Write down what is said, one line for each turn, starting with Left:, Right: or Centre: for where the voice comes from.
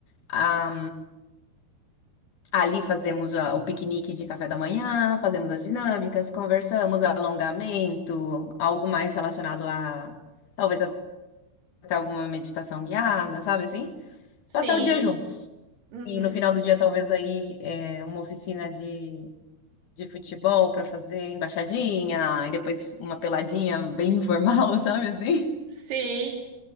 Left: Ah, ali fazemos a- o piquenique de café da manhã, fazemos as dinâmicas, conversamos, alongamento, algo mais relacionado a talvez até alguma meditação guiada, sabe assim?
Right: Sim.
Left: passar o dia juntos.
Right: Uhum.
Left: E no final do dia, talvez aí é, uma oficina de, de futebol para fazer embaixadinha, e depois uma peladinha bem informal, <laughs> sabe assim?
Right: Sim.